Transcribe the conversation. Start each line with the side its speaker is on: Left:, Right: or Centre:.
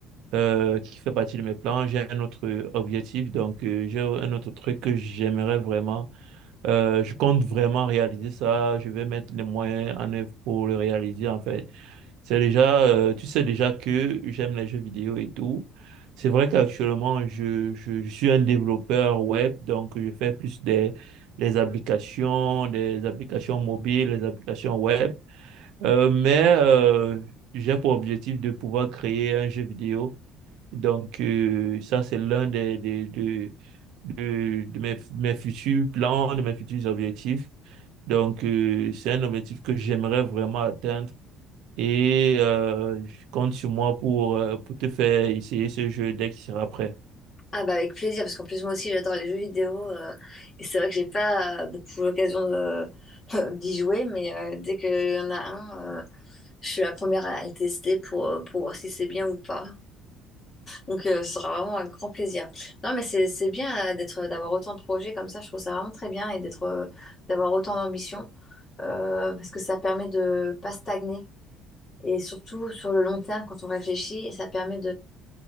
Right: euh, qui fait partie de mes plans, j'ai un autre objectif. Donc, euh, j'ai un autre truc que j'aimerais vraiment. euh, je compte vraiment réaliser ça. Je vais mettre les moyens en œuvre pour le réaliser, en fait. C'est déjà, euh, tu sais déjà que j'aime les jeux vidéo et tout. C'est vrai qu'actuellement, je, je, je suis un développeur web, donc je fais plus des, des applications, des applications mobiles, des applications web. Euh, mais euh, j'ai pour objectif de pouvoir créer un jeu vidéo. Donc euh, ça, c'est l'un des, des, de, de, de mes, mes futurs plans, de mes futurs objectifs. Donc euh, c'est un objectif que j'aimerais vraiment atteindre et euh, je compte sur moi pour, euh, pour te faire essayer ce jeu dès qu'il sera prêt.
Left: Ah bah avec plaisir, parce qu'en plus moi aussi j'adore les jeux vidéo euh, et c'est vrai que j'ai pas euh, beaucoup l'occasion de- <laughs> d'y jouer, mais euh, dès qu'il y en a un, euh, je suis la première à le tester pour, euh, pour voir si c'est bien ou pas. Donc euh, ce sera vraiment un grand plaisir. Non mais c'est c'est bien euh, d'être d'avoir autant de projets comme ça, je trouve ça vraiment très bien et d'être euh, d'avoir autant d'ambition euh, parce que ça permet de pas stagner et surtout sur le long terme quand on réfléchit, ça permet